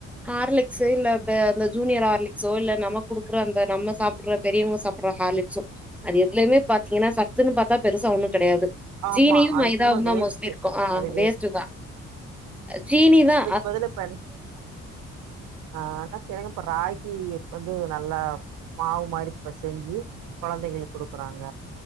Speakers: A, in the centre; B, on the right.
A: ஹார்லிக்ஸு இல்ல பே அந்த ஜூனியர்ஹார்லிக்ஸோ இல்ல நமக் குடுக்குற அந்த நம்ம சாப்புட்ற பெரியவ்ங்க சா ப்புற ஹார்லிக்ஸோ அது எதுலயுமே பாத்தீங்கனா சத்துன்னு பாத்தா பெருசா ஒன்னு கெடயாது
B: ஆமா
A: ஜீனியு
B: அது
A: மைதாவுந்
B: சும்மா
A: தா
B: வேஸ்ட்டு
A: மோஸ்ட்லி இருக்கு ஆ
B: அது
A: வேஸ்ட்டு தா அ ஜீனிதா
B: பதுலப்பாரு ஆ ஆன செரிங்க இப்ப ராகி இப் வந்து நல்லா மாவு மாரிப் பெசஞ்சு கொழந்தைகளுக் குடுக்குறாங்க